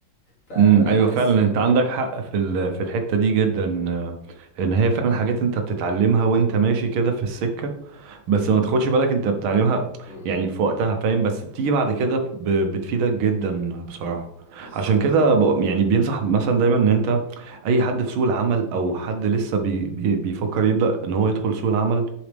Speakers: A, on the left (about 40°); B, on the right (about 85°).
A: فبحس
B: امم ايوه فعلا
A: ب... ب-
B: انت عندك حق في ال-
A: م-
B: في الحته دي جدا آه، ان هي فعلا حاجات انت بتتعلمها وانت ماشي كده في السكه بس ما تاخدش بالك انت بتعلمها
A: م،
B: يعني في وقتها فاهم بس بتيجي بعد كده ب- بتفيدك جدا بصراحه
A: بالظبط
B: عشان كده بق- يعني بينصح مثلا دايما ان انت اي حد في سوق العمل او حد لسه بي بي بيفكر يبدا ان هو يدخل سوق العمل